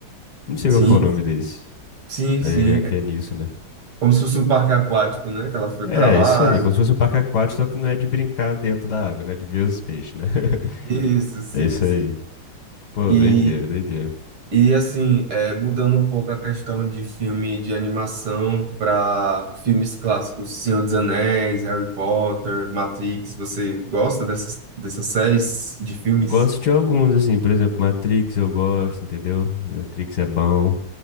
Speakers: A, on the left; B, on the right.
A: Não sei
B: Sim,
A: qual que é o nome desse,
B: sim,
A: mas
B: sim.
A: é que
B: É
A: é nisso, né?
B: como se fosse um parque aquático, né? Que ela foi
A: É,
B: pra lá.
A: isso aí, como se fosse um parque aquático, só que não é de brincar dentro da água, né? De ver os peixes, né? <laughs>
B: Isso, sim,
A: É isso
B: sim.
A: aí. Pô,
B: E,
A: doideira, doideira.
B: E assim, é, mudando um pouco a questão de filme de animação para filmes clássicos, Senhor dos Anéis, Harry Potter, Matrix, você gosta dessas, dessas séries de filmes?
A: Gosto de alguns, assim, por exemplo, Matrix eu gosto, entendeu? Matrix é bom.